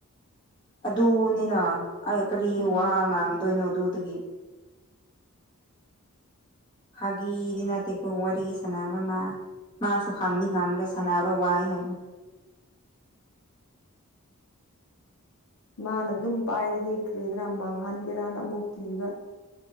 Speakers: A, on the left; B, on the left.
A: ꯑꯗꯨꯅꯤꯅ ꯑꯩ ꯀꯔꯤ
B: ꯎꯝ
A: ꯋꯥ ꯉꯥꯡꯗꯣꯏꯅꯣ ꯑꯗꯨꯗꯒꯤ ꯐꯥꯒꯤꯗꯤ ꯅꯠꯇꯦ ꯀꯣ ꯋꯥꯔꯤ ꯁꯥꯟꯅꯕ ꯑꯃ ꯃꯥꯁꯨ ꯍꯥꯡꯅꯤ ꯍꯥꯡꯕꯗꯥ ꯁꯥꯟꯅꯕ ꯋꯥꯏ ꯍꯥꯏꯕꯅꯦ
B: ꯃꯥꯅ ꯑꯗꯨꯝ ꯄꯥꯏꯔꯗꯤ ꯀꯔꯤꯗꯔꯥ ꯃꯥꯡꯍꯟꯒꯦꯔꯅ ꯑꯃꯨꯛ ꯀꯤꯕ꯭ꯔꯥ